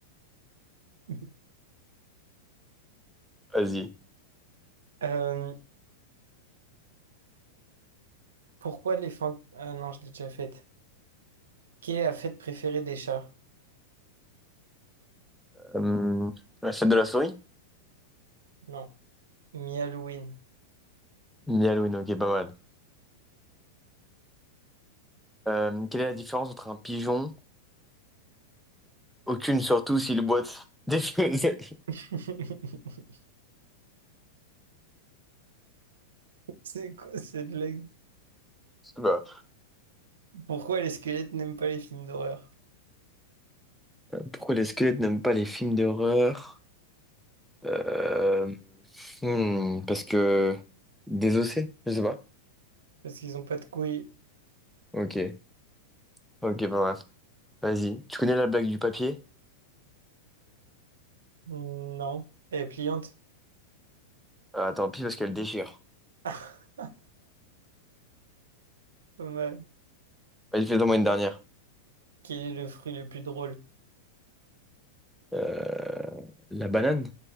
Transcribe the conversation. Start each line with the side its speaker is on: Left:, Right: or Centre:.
Right: <laughs>
Centre: Vas-y.
Right: Euh, pourquoi les fantômes... Ah non, je l'ai déjà faite. Quelle est la fête préférée des chats?
Centre: Euh, La fête de la souris?
Right: Non. Mi-Halloween.
Centre: Halloween, ok, pas mal. Euh, quelle est la différence entre un pigeon? Aucune, surtout s'il boite. Des films- <laughs> Je sais
Right: <laughs> C'est quoi cette blague?
Centre: pas.
Right: Pourquoi les squelettes n'aiment pas les films d'horreur?
Centre: Pourquoi les squelettes n'aiment pas les films d'horreur? Euh, hmm, parce que désossé, je sais pas.
Right: Parce qu'ils ont pas de couilles.
Centre: Ok, ok, pas mal. Vas-y. Tu connais la blague du papier?
Right: Non. Elle est pliante.
Centre: Ah, tant pis parce qu'elle déchire.
Right: <laughs> Pas mal.
Centre: Vas-y, fais-en moi une dernière.
Right: Quel est le fruit le plus drôle?
Centre: Euh, La banane,